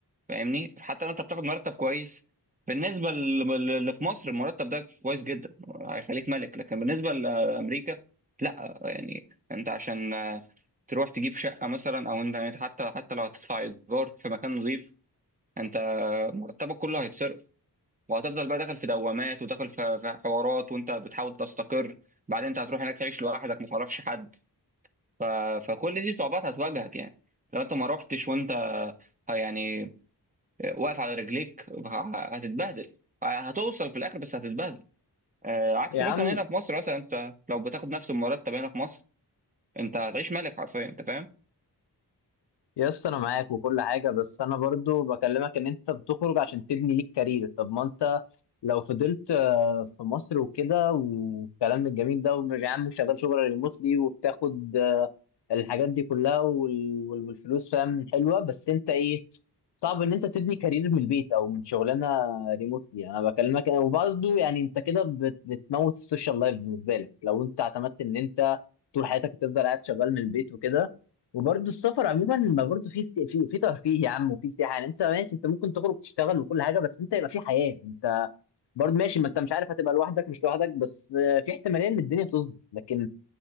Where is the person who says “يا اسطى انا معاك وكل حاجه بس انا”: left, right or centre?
Left